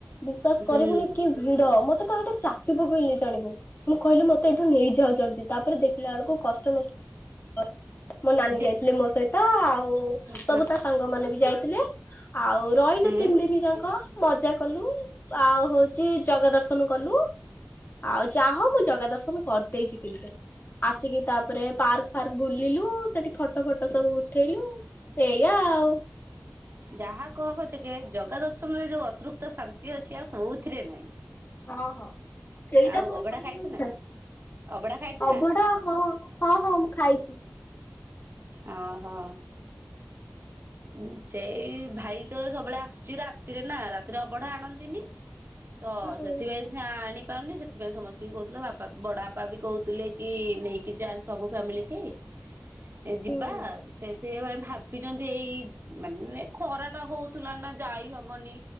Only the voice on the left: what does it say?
ବିଶ୍ଵାସ
କରିବୁନି କି ଭିଡ, ମତେ କଣ ହେଟି ଚାପି ପକେଇଲେ ଜାଣିବୁ। ମୁଁ କହିଲି ମତେ ଏଠୁ ନେଇଯାଅ ଯଲ୍ଦି, ତାପରେ ଦେଖିଲା ବେଳକୁ କଷ୍ <inaudible> ମୋ ନାନୀ
ଯାଇଥିଲେ ମୋ ସହିତ। ହୁଁ।
ତାପରେ ତା ସାଙ୍ଗ ମାନେ ବି ଯାଇଥିଲେ, ଆଉ ରହିଲୁ
ତିନି ଦିନ ଯାକ। ମଜା କଲୁ, ଆଉ ହଉଛି ଜଗା ଦର୍ଶନ କଲୁ। ଆଉ ଯାହ ମୁଁ ଜଗା ଦର୍ଶନ କରିଦେଇଛି କିନ୍ତୁ। ଆସିକି ତାପରେ ପାର୍କ ଫାର୍କ ବୁଲିଲୁ, ସେଠି ଫଟୋ ଫଟ ସବୁ ଉ ଠେଇଲୁ, ଏଇଆା ଆଉ।
ହଁ, ହଁ, ସେଇଟା
ପୁଣି
କହିହେବନି
ନା,
ଅଭଡ଼ା
ହଁ, ହଁ, ହଁ, ମୁଁ ଖାଇଛି।
ହୁଁ
ହୁଁ